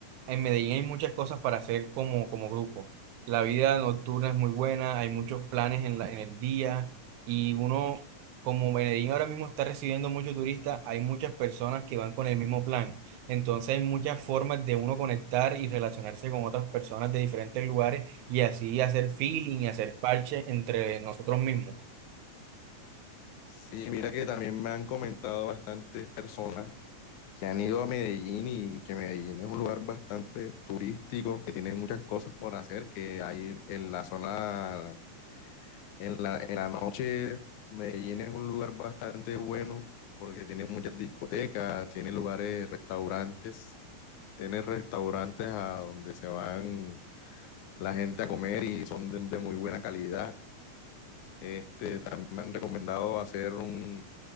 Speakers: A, on the right; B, on the left.
A: en Medellín hay muchas cosas para hacer como, como grupo. La vida nocturna es muy buena, hay muchos planes en la- en el día y uno, como Medellín ahora mismo está recibiendo muchos turistas, hay muchas personas que van con el mismo plan. Entonces hay muchas formas de uno conectar y relacionarse con otras personas de diferentes lugares y así hacer feeling y hacer parche entre nosotros mismos.
B: Sí, mira que también me han comentado bastantes personas que han ido a Medellín y que Medellín es un lugar bastante turístico, que tiene muchas cosas por hacer, que hay en la zona, en la, en la noche, Medellín es un lugar bastante bueno porque tiene muchas discotecas, tiene lugares, restaurantes, tiene restaurantes a donde se van la gente a comer y son de, de muy buena calidad. Este, también me han recomendado hacer un,